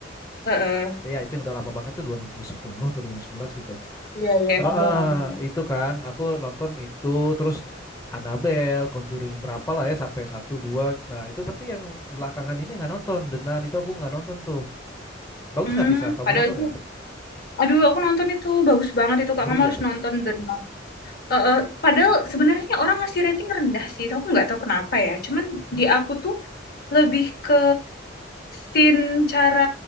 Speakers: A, on the left; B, on the left.
A: Heeh.
B: Iya, itu yang udah lama banget tuh 2010 atau 2011 gitu.
A: Iya, iya, emang
B: Heeh,
A: udah lama banget.
B: itu kan aku nonton itu terus Annabelle, Conjuring berapa lah ya sampai satu dua. Nah itu tapi yang belakangan ini nggak nonton. The Nun itu aku nggak nonton tuh. Bagus
A: Hmm,
B: nggak Tisa? Kamu
A: padahal
B: nonton
A: itu,
B: nggak? itu?
A: aduh, aku nonton itu bagus banget itu Kak.
B: Ngeri
A: Kamu harus
B: ya?
A: nonton dan eh, eh, padahal sebenarnya orang ngasih rating rendah sih. Itu Aku nggak tahu kenapa ya. Cuman
B: Mm-mm.
A: di aku tuh lebih ke scene cara